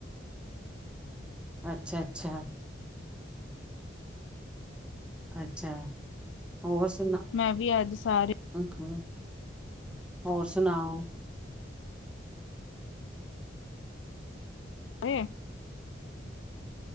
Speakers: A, in the centre; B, on the left (about 90°).
A: ਅੱਛਾ-ਅੱਛਾ, ਅੱਛਾ, ਹੋਰ ਸੁਣਾ
B: ਮੈਂ ਵੀ ਅੱਜ ਸਾਰੇ
A: ਮਮ, ਹੋਰ ਸੁਣਾਓ?
B: <unintelligible>